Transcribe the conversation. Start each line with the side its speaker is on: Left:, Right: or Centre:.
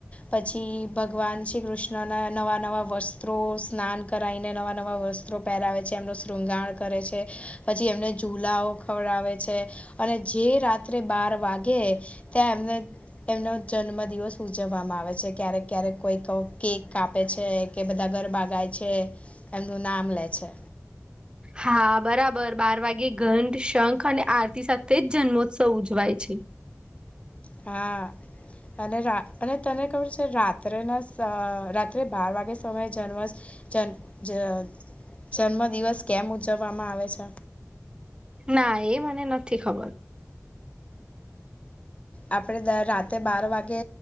Left: પછી ભગવાન શ્રી કૃષ્ણના નવા નવા વસ્ ત્રો સ્નાન કરાઈને નવા નવા વસ્ત્રો પેહરાવે છે એમનું શૃંગાણ કરે છે. પછી એમને ઝુલાઓ ખવડાવે છે અને જે રાત્રે બાર વાગે ત્યાં એમને એમનો જન્મદિવસ ઉજવવામાં આવે છે ક્યારેક ક્યારેક કોઈક કેક કાપે છે કે બધા ગરબા ગાય છે એમનું નામ લે છે.
Right: હા બરાબર બાર વાગે ઘંધ, શંખ અને આરતી સાથે જ જન્મોત્સવ ઉજવાય છે.
Left: હા. અને રા અને તને ખબર છે રાત્રેના સ રાત્રે બાર વાગે સમયે જન્મા જન જ જન્મ દિવસ કેમ ઉજવવામાં આવે છે?
Right: ના એ મને નથી ખબર.
Left: આપડે ડ રાતે બાર વાગે